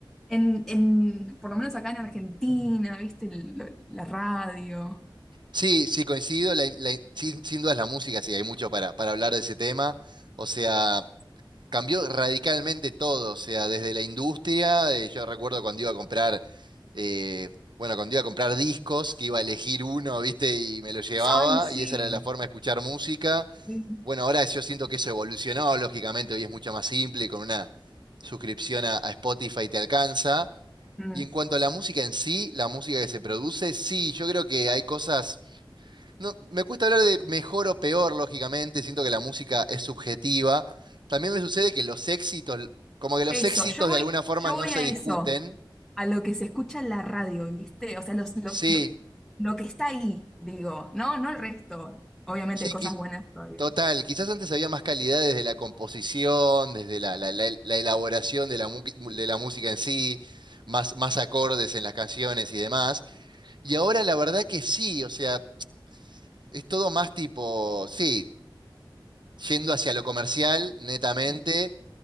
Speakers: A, in the centre; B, on the right.
A: en, en- por lo menos acá en Argentina, ¿viste? El- lo- la radio.
B: Sí, sí, coincido. la- la- sin, sin duda es la música, sí, hay mucho para, para hablar de ese tema. O sea, cambió radicalmente todo. O sea, desde la industria, eh, yo recuerdo cuando iba a comprar, eh, bueno, cuando iba a comprar discos, que iba a elegir uno, ¿viste? Y me lo llevaba,
A: Ay, sí.
B: y esa era la forma de escuchar música.
A: Sí.
B: Bueno, ahora yo siento que eso evolucionó, lógicamente, hoy es mucho más simple, y con una suscripción a, a Spotify te alcanza.
A: Mm.
B: Y en cuanto a la música en sí, la música que se produce, sí, yo creo que hay cosas no, me cuesta hablar de mejor o peor, lógicamente, siento que la música es subjetiva. También me sucede que los éxitos, como que los
A: Eso,
B: éxitos
A: yo voy,
B: de alguna forma
A: yo
B: no
A: voy
B: se
A: a
B: discuten.
A: eso. a lo que se escucha en la radio, ¿viste? O sea, los, los,
B: Sí,
A: lo, lo que está ahí, digo, no, no el resto. Obviamente
B: sí,
A: hay cosas
B: quiz-
A: buenas todavía.
B: total. Quizás antes había más calidad desde la composición, desde la, la- la- la elaboración de la, mu- de la música en sí, más, más acordes en las canciones y demás. Y ahora la verdad que sí, o sea, es todo más tipo, sí, yendo hacia lo comercial, netamente
A: Sí.